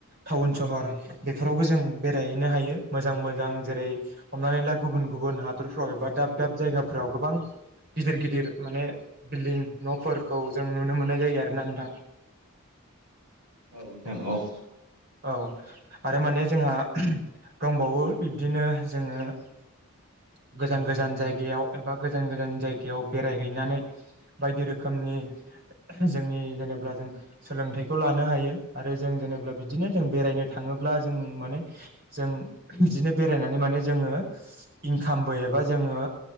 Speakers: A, on the right; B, on the right.
A: टाउन सहर बेफोरावबो जों बेरायहैनो हायो मोजां मोजां जेरै हमनानै ला गुबुन गुबुन हादरफ्राव एबा दाब दाब जायगाफ्राव गोबां गिदिर गिदिर माने बिल्डिं न'फोरखौ जों नुनो मोननाय जायो आरोना नोंथां। <unintelligible>
B: औ नोंथां औ
A: औ आरो माने जोंहा दंबावो बिबदिनो जोङो <unintelligible> गोजान गोजान जायगायाव एबा गोजान गोजान जायगायाव बेरायहैनानै बायदि रोखोमनि जोंनि जेनेबा जों सोलोंथाइखौ लानो हायो आरो जों जेनेबा बिदिनो जों बेरायनो नो थाङोब्ला जों माने जों बिदिनो बेरायनानै माने जोङो इनकामबो एबा जोङो